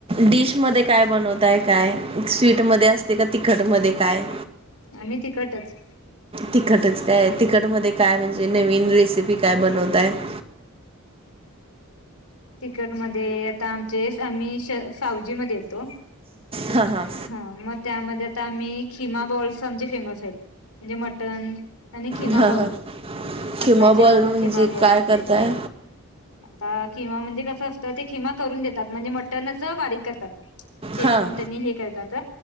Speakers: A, on the right; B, on the left.
A: डिश मध्ये काय बनवताय काय स्वीट मध्ये असते का तिखट मध्ये काय?
B: आम्ही तिखटच. <unintelligible>
A: तिखटच काय आहे तिखट मध्ये काय म्हणजे नवीन रेसिपी काय बनवताय? <inaudible>
B: तिकट मध्ये आता आमचेस आम्हीश त आम्ही सावजी मध्ये येतो,
A: हां हां
B: हं मग त्यामध्ये आता आम्ही खिमा बॉल्स आमचे फेमस आहेत. म्हणजे मटन आणि खिमा
A: हां
B: बॉल्स
A: हां
B: मटणाचे-
A: किंवा बॉल
B: ब
A: म्हणजे
B: खिमा बॉल्स
A: काय
B: <unintelligible>
A: करताय
B: कसे. आता खिमा म्हणजे कसं असतं, ते खिमा करून देतात म्हणजे मटनच बारीक करतात. चेचून
A: हां
B: त्यांनी हे करतात.